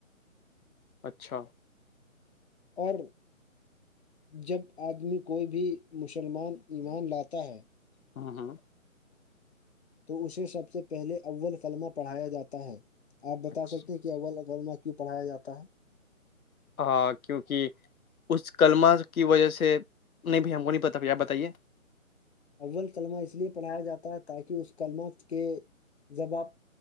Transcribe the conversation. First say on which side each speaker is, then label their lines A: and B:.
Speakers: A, on the left (about 90°); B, on the left (about 50°).
A: اچھا
B: اور جب آدمی کوئی بھی مسلمان ایمان لاتا ہے
A: ہاں ہاں
B: تو اسے سب سے پہلے اول قلمہ پڑھایا جاتا ہے آپ بتا
A: اچھا
B: سکتے ہیں کہ اول جب میں کیوں پڑایا جاتا ہے
A: ہاں کیونکہ اس کلمہ کی وجہ سے نہیں بھی ہم کو نہیں پتا آپ بتائیے
B: اول کلمہ اس لیے پڑھایا جاتا ہے تاکہ اس کلمہ کے باب